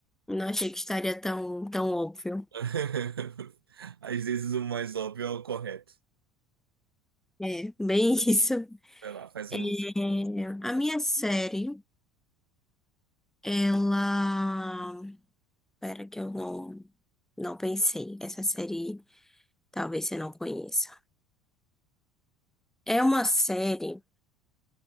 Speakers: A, in the centre; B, on the right.
A: Não achei que estaria tão, tão óbvio.
B: <laughs> Às vezes o mais óbvio é o correto.
A: É, bem isso.
B: Vai lá, faz
A: É,
B: um.
A: a minha série, ela. Espera que eu não, não pensei. Essa série talvez você não conheça. É uma série